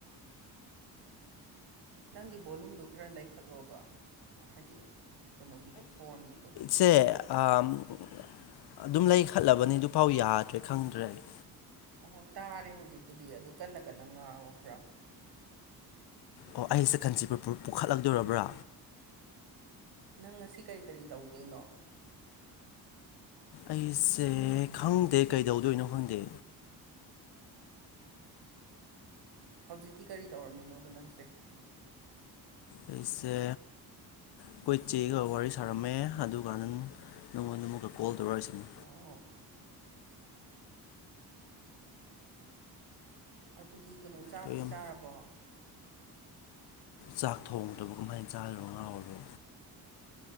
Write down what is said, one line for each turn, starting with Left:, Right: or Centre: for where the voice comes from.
Right: ꯅꯪꯒꯤ ꯕꯣꯂꯨꯝꯗꯣ ꯈꯔ ꯂꯩꯈꯠꯂꯣꯕ ꯍꯥꯏꯗꯤ ꯀꯩꯅꯣꯒꯤꯗꯣ ꯐꯣꯟꯒꯤꯗꯣ
Left: ꯁꯦ ꯑꯗꯨꯝ ꯂꯩꯈꯠꯂꯕꯅꯤ ꯑꯗꯨꯐꯥꯎ ꯌꯥꯗ꯭ꯔꯦ ꯈꯪꯗ꯭ꯔꯦ ꯑꯩ
Right: ꯑꯣꯍꯣꯏ ꯇꯥꯔꯦ ꯍꯧꯖꯤꯛꯄꯨꯗꯤ ꯑꯗꯨ ꯀꯟꯅ ꯀꯟꯅ ꯉꯥꯡꯉꯨ ꯈꯔ
Left: ꯑꯣ ꯑꯩꯁꯦ ꯀꯥꯟꯆꯤꯄꯨꯔ ꯐꯨꯔ ꯄꯨꯈꯠꯂꯛꯇꯗꯣꯔꯕ꯭ꯔꯥ
Right: ꯅꯪ ꯉꯁꯤ ꯀꯔꯤ ꯀꯔꯤ ꯇꯧꯗꯣꯏꯅꯣ
Left: ꯑꯩꯁꯦ ꯈꯪꯗꯦ ꯀꯩꯗꯧꯗꯣꯏꯅꯣ ꯈꯪꯗꯦ
Right: ꯍꯧꯖꯤꯛꯇꯤ ꯀꯔꯤ ꯇꯧꯔꯝꯃꯤꯅꯣꯕ ꯅꯪꯁꯦ
Left: ꯑꯩꯁ ꯑꯩꯈꯣꯏ ꯆꯦꯒ ꯋꯥꯔꯤ ꯁꯥꯔꯝꯃꯦ ꯑꯗꯨꯀꯥꯟꯗ ꯅꯉꯣꯟ ꯅꯃꯀ ꯀꯣꯜ ꯇꯧꯔꯛꯏꯁꯤꯅꯦ
Right: ꯑꯣ ꯑꯗꯨꯗꯤ ꯀꯩꯅꯣ ꯆꯥꯛꯇꯤ
Left: ꯑꯗꯣ ꯌꯥꯝ
Right: ꯆꯥꯔꯕꯣ
Left: ꯆꯥꯛ ꯊꯣꯡꯗꯕ ꯀꯃꯥꯏꯅ ꯆꯥꯔꯤꯔꯣ ꯉꯥꯎꯔꯔꯣ